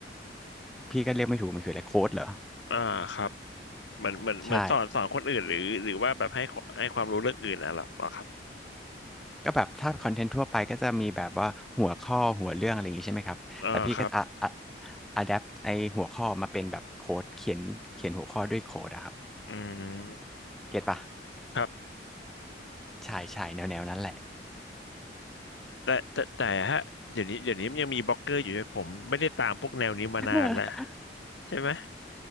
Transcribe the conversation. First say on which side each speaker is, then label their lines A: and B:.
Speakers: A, in the centre; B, on the left.
A: พี่ก็เรียกไม่ถูกมันคืออะไรโค้ดเหรอ
B: อ่าครับเหมือนเหมือนเหมือนสอนสอนคนอื่นหรือหรือว่าแบบให้ให้ความรู้เรื่องอื่นอ่ะเหรอเหรอครับ
A: ใช่ก็แบบถ้าคอนเทนต์ทั่วไปก็จะมีแบบว่าหัวข้อหัวเรื่องอะไรอย่างนี้ใช่ไหมครับแต่พี่ก็อะอะ
B: อ่าครับ
A: อะแดปไอหัวข้อมาเป็นแบบโค้ดเขียนเขียนหัวข้อด้วยโค้ดอะครับ
B: อืม
A: เก็ตปะ
B: ครับ
A: ใช่ใช่แนวแนวนั้นแหละ
B: แต่แต่แต่ฮะเดี๋ยวนี้เดี๋ยวนี้มันยังมีบล็อกเกอร์อยู่ใช่ไหมผมไม่ได้ตามพวกแนวนี้มานานแล้ว
A: <laughs>
B: ใช่ไหม